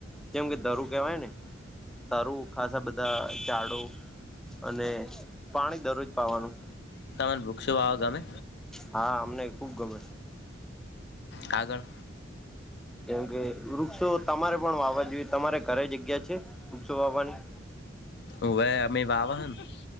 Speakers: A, in the centre; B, on the left.
A: જેમ કે દારુ કેહેવાય ને. તારું ખાસા બધા ચાડો અને પાણી દરરોજ પાવાનું.
B: તને વૃક્ષો વાવો ગમે.
A: હા અમને ખુબ ગમે.
B: આગળ
A: કેમ કે વૃક્ષો તમારે પણ વાવા જોઈએ તમારે ઘરે જગ્યા છે વૃક્ષો વાવવાની.
B: ઓવે અમે વાવાના